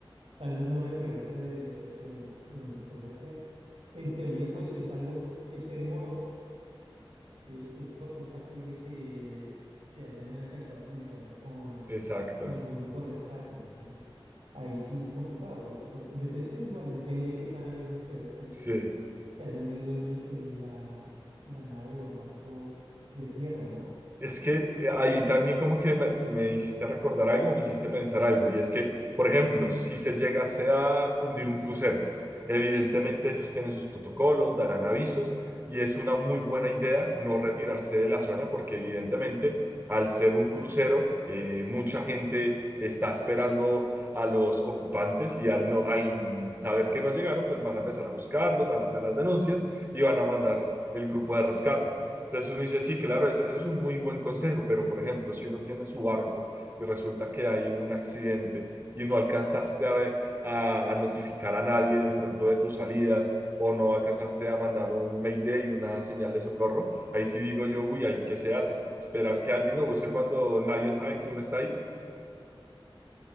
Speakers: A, on the right; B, on the right.
A: tal vez no retirarse de, de donde, es- de donde ocurrió el accidente. En teoría, pues si es algo que, que se demoró, eh, es, fa- es factible que, que hayan alcanzado a comunicarse con,
B: exacto.
A: con algún grupo de rescate. Entonces, ahí sí es complicado, pues por- de- es que igual depende de qué tan lejos que haya-
B: Sí.
A: se haya hundido el, el- la, la nave o el barco de tierra, ¿no?
B: Es que eh, ahí también como que me, me hiciste recordar algo, me hiciste pensar algo, y es que, por ejemplo, si se llegase a hundir un crucero, evidentemente ellos tienen sus protocolos, darán avisos, y es una muy buena idea no retirarse de la zona, porque evidentemente al ser un crucero, eh, mucha gente está esperando a los ocupantes y al, no, al saber que no llegaron, pues van a empezar a buscarlos, van a hacer las denuncias y van a mandar el grupo de rescate. Entonces uno dice, sí, claro, eso, eso es un muy buen consejo, pero por ejemplo, si uno tiene su barco y resulta que hay un accidente y no alcanzaste a, a- a notificar a nadie de pronto de tu salida o no alcanzaste a mandar un mayday, una señal de socorro, ahí sí digo yo, uy, ahí qué se hace, esperar que alguien lo busque cuando nadie sabe que uno está ahí.